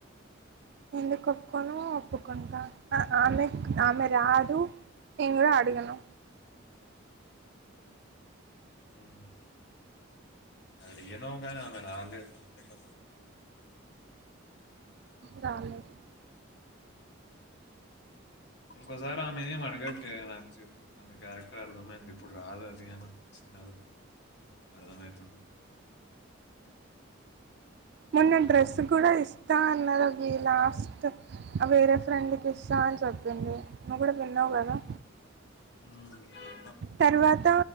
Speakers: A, on the right; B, on the left.
A: ఎందుకు ఒప్పుకోను ఒప్పుకుంట ఆ ఆమె ఆమె రాదు నేను కూడా ఆడుగను
B: ఉమ్ అడిగినం కానీ ఆమె రాలేదు అంతే గా
A: రాలేదు
B: ఇంకోసారి ఆమె ఏం అడగక్కె ఎనాచ్ ఆమె క్యారెక్టర్ అర్దమైందిప్పుడు రాదు అది అనచ్ తున్నారు అర్దమైతుంది.
A: మొన్న డ్రెస్సు కూడా ఇస్తా అన్నదబ్బి లాస్ట్ వేరే ఫ్రెండ్కిస్సా చెప్పింది నువ్వు గుడా విన్నావ్ గదా
B: ఉమ్
A: తరువాత